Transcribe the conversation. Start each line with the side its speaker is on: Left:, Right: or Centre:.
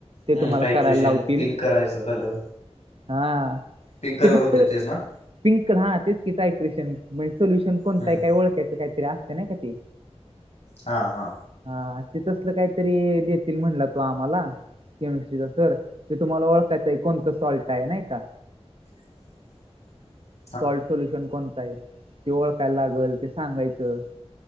Left: हम्
Right: तुम्हाला
Left: टायट्रिशियन
Right: करायला लावतील
Left: पिंक करायचा कलर
Right: हा
Left: पिंक कलर
Right: ते फक्त
Left: होते तेच ना
Right: पिंक कल हा तेच कि टयक्रेशनणे सोल्यश कोणताय
Left: हम्म
Right: ओळखयचं काय असते ना कतीी
Left: हा हा
Right: हा ते तसलं काहीतरी देतील म्हणला तो आम्हाला केमिस्ट्रीचा सर ते तुम्हाला ओळखयचं आहे कोणतं सॉल्ट आहे नाही का
Left: <unintelligible>
Right: सॉल्ट सोल्युशन कोणता आहे ते ओळखायला लागल ते सांगायचं